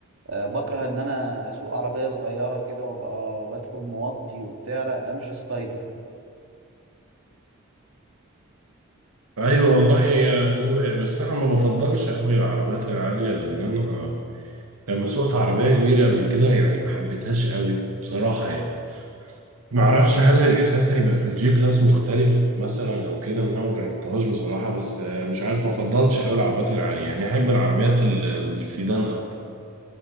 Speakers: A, on the right (about 65°); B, on the right (about 85°).
A: آه، بكره ان انا اسوق عربيه صغيره كده وابقى بدخل موطي وبتاع لا ده مش ستايلي
B: ايوه والله يا اذواق بس انا ما بفضلش قوي العربيات العاليه لان انا لما سوقت عربيه كبيره قبل كده يعني ما حبيتهاش قوي بصراحه يعني ما اعرفش هل الاحساس هيبقى في الجي كلاس مختلف مثلا او كده إن انا ما جربتهاش بصراحه بس آه، مش عارف ما فضلتش قوي العربيات العاليه يعني احب العربيات ال- السيدان اكتر